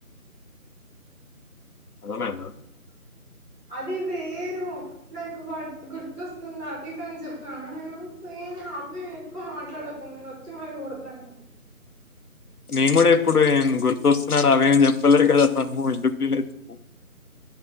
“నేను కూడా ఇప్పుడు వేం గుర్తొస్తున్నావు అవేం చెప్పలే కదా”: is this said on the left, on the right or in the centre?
Left